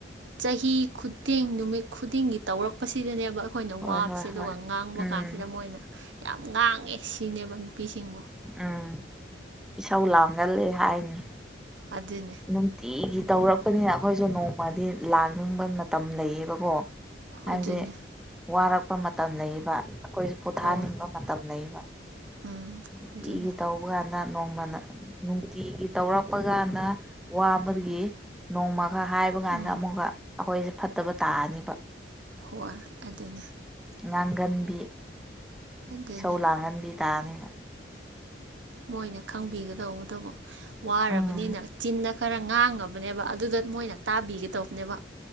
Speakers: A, on the right; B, in the centre.
A: ꯆꯍꯤ ꯈꯨꯗꯤꯡ ꯅꯨꯃꯤꯠ ꯈꯨꯗꯤꯡꯒꯤ ꯇꯧꯔꯛꯄꯁꯤꯗꯅꯦꯕ ꯑꯩꯈꯣꯏꯅ
B: ꯍꯣꯏ
A: ꯋꯥꯕꯁꯦ
B: ꯍꯣꯏ
A: ꯑꯗꯨꯒ
B: ꯍꯣꯏ
A: ꯉꯥꯡꯕ
B: ꯎꯝ
A: ꯀꯥꯟꯁꯤꯗ ꯃꯣꯏꯅ ꯌꯥꯝ ꯉꯥꯡꯉꯦ ꯁꯤꯅꯦꯕ ꯅꯨꯄꯤꯁꯤꯡꯕꯨ
B: ꯎꯝ ꯏꯁꯧ ꯂꯥꯡꯒꯂ ꯍꯥꯏꯅꯤ
A: ꯑꯗꯨꯅꯦ
B: ꯅꯨꯡꯇꯤꯒꯤ ꯇꯧꯔꯛꯄꯅꯤꯅ ꯑꯩꯈꯣꯏꯁꯨ ꯅꯣꯡꯃꯗꯤ ꯂꯥꯡꯅꯤꯡꯕ ꯃꯇꯝ ꯂꯩꯌꯦꯕꯀꯣ ꯍꯥꯏꯕꯗꯤ
A: ꯑꯗꯨꯅꯦ
B: ꯋꯥꯔꯛꯄ ꯃꯇꯝ ꯂꯩꯕ ꯑꯩꯈꯣꯏ ꯄꯣꯊꯥꯅꯤꯡꯕ
A: ꯍꯣꯏ
B: ꯃꯇꯝ ꯂꯩꯕ
A: ꯎꯝ
B: ꯅꯨꯡꯇꯤꯒꯤ
A: ꯑꯗꯨꯅꯤ
B: ꯇꯧ ꯇ ꯀꯥꯟꯗ ꯅꯣꯡꯃ ꯅꯨꯡꯇꯤꯒꯤ ꯇꯧꯔꯛꯄ ꯀꯥꯟꯗ ꯋꯥꯕꯒꯤ ꯅꯣꯡꯃ ꯈꯔ ꯍꯥꯏꯕ ꯀꯥꯟꯗ
A: ꯎꯝ
B: ꯑꯃꯨꯛꯀ ꯑꯩꯈꯣꯏꯁꯦ ꯐꯠꯇꯕ ꯇꯥꯔꯅꯤꯕ
A: ꯍꯣꯏ ꯑꯗꯨꯅꯤ
B: ꯉꯥꯡꯒꯟꯕꯤ
A: ꯑꯗꯨꯅꯤ
B: ꯄꯧ ꯂꯒꯅꯕꯤ ꯇꯅ
A: ꯃꯣꯏꯅ ꯈꯪꯕꯤꯒꯗꯧꯕꯇꯕꯣ ꯋꯥꯔꯕꯅꯤꯅ
B: ꯎꯝ
A: ꯆꯤꯟꯅ ꯈꯔ ꯉꯥꯡꯉꯕꯅꯦꯕ ꯑꯗꯨꯗ ꯃꯣꯏꯅ ꯇꯥꯕꯤꯒꯗꯧꯕꯅꯦꯕ